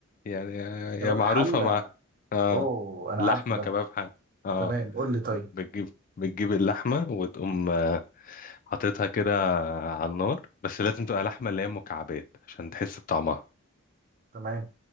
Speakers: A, on the left; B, on the right.
A: يعني آه، هي
B: كباب
A: معروفة
B: حله
A: مع اه
B: اوه انا
A: لحمة
B: عارفه ده
A: كباب حلة اه
B: تمام قول لي طيب
A: بتجيب بتجيب اللحمة وتقوم آه، حاططها كده على النار بس لازم تبقى لحمة اللي هي مكعبات عشان تحس بطعمها
B: تمام